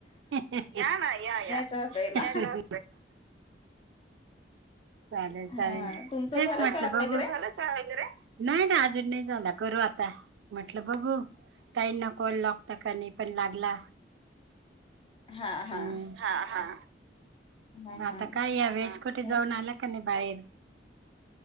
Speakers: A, on the right; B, on the left.
A: या ना या या.
B: चहा प्यायला
A: याला चालेल
B: हा
A: चालेल
B: तुमचं
A: तेच
B: झालं
A: म्हटलं
B: चहा
A: बघू
B: वगैरे
A: झाला चहा वगैरे नाही ना अजून नाही झाला करू आता म्हटलं बघू. काही नको लॉगता का नाही पण लागला.
B: हा हा
A: हम्म हा
B: अच्छा
A: हा.
B: हा हा
A: आता काय या वेळेस कुठी
B: तेच
A: जाऊन आला का नाही बाहेर?